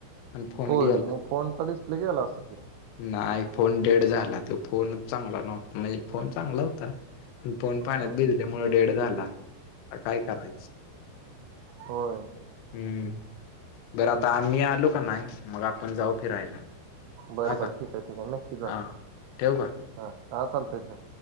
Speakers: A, on the left (about 75°); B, on the right (about 80°).
A: आणि फोन
B: होय
A: गेला.
B: मग, फोनचा डिस्प्ले गेला असल किरे.
A: नाय फोन डेड झाला, त्यो फोनच चांगला नव्हता म्हणजे फोन चांगला होता. फोन पाण्यात
B: हम्म
A: भिजल्यामुळे डेड झाला, आता काय करायचं?
B: होये.
A: हम्म.. बरं आता
B: हम्म
A: आम्ही आलू का नाही मग आपण जाऊ फिरायला.
B: बर
A: हा
B: बर
A: का
B: ठीक आहे ठीक आहे नक्की जाऊ
A: हा ठेवू का?
B: हा हा चालतंय ठेव.